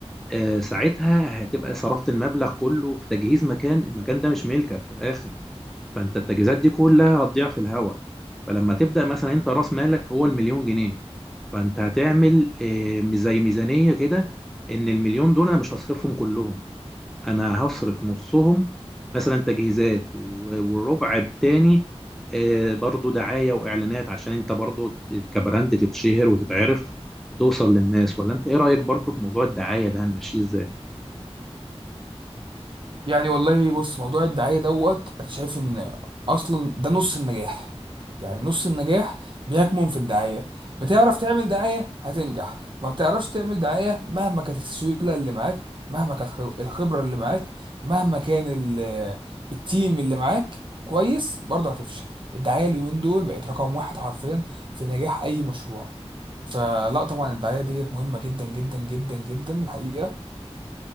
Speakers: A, in the centre; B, on the right.
A: آه، ساعتها هتبقى صرفت المبلغ كله في تجهيز مكان المكان ده مش ملكك في الاخر فانت التجهيزات دي كلها هتضيع في الهوا فلما تبدا مثلا انت راس مالك هو المليون جنيه فانت هتعمل آه، زي ميزانيه كده ان المليون دول انا مش هصرفهم كلهم انا هصرف نصهم مثلا تجهيزات و- والربع التاني آه، برضو دعايه واعلانات عشان انت برضو كبراند تتشهر وتتعرف وتوصل للناس ولا انت ايه رايك برضو في موضوع الدعايه ده هنمشيه ازاي؟
B: يعني والله بص موضوع الدعاية دوت انا شايف ان اصلا ده نص النجاح يعني نص النجاح بيكمن في الدعاية بتعرف تعمل دعاية هتنجح ما بتعرفش تعمل دعاية مهما كانت السيولة اللي معاك مهما كانت خ- الخبرة اللي معاك مهما كان ال- التيم اللي معاك كويس برضه هتفشل الدعاية اليومين دول بقت رقم واحد حرفيا في نجاح اي مشروع فلا طبعا الدعاية ديت مهمة جدا جدا جدا جدا الحقيقة